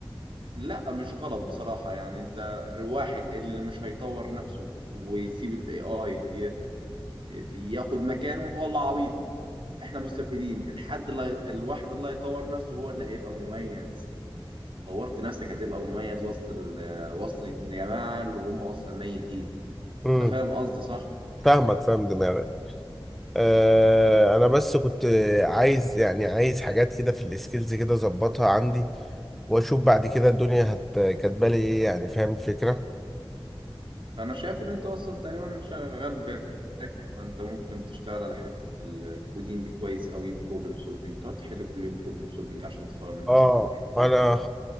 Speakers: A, on the right; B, in the centre.
A: لا مش غلط بصراحة يعني انت الواحد اللي مش هيطور نفسه ويسيب الاي اي ياخد مكانه هو اللي عبيط احنا مستفيدين الحد اللي هي- الواحد اللي هيطور نفسه هو اللي هيبقى مميز طورت نفسك هتبقى مميز وسط ال... وسط الجماعة اللي هم اصلا ميتين
B: امم
A: انت فاهم قصدي صح
B: فاهمك فاهم دماغك آه انا بس كنت عايز يعني عايز حاجات كده في السكيلز كده اظبطها عندي واشوف بعد كده الدنيا هت كاتبالي ايه يعني فاهم الفكره
A: فانا شايف ان انت اصلا تقريبا شغال باك فانت ممكن تشتغل على حتة الكودينج كويس قوي بروبلم سولفينج تقعد تحل كل يوم بروبلم سولفينج عشان تطور من نفسك
B: اه
A: من الحتة
B: انا
A: دي